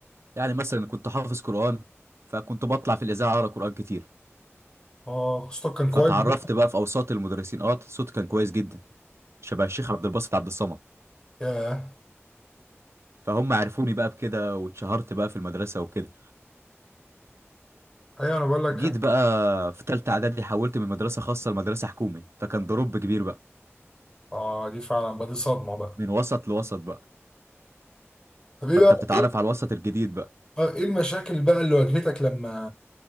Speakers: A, on the right; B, on the left.
A: يعني مثلا كنت حافظ قرآن فكنت بطلع في الإذاعة أقرأ قرآن كتير
B: اه خصوصا كان
A: فتعرفت
B: كويس بقى
A: بقى في أوساط المدرسين أه صوتي كان كويس جدا شبه الشيخ عبد الباسط عبد الصمد
B: ياه
A: فهم عرفوني بقى بكده واتشهرت بقى في المدرسة وكده
B: ايوه انا بقول لك
A: جيت بقى في تالتة إعدادي حولت من مدرسة خاصة لمدرسة حكومي فكان ضرب كبير بقى
B: اه دي فعلا بقى دي صدمة بقى
A: من وسط لوسط بقى
B: طب ايه
A: فأنت
B: بقى
A: بتتعرف
B: ايه
A: على الوسط الجديد بقى
B: آه، ايه المشاكل بقى اللي واجهتك لما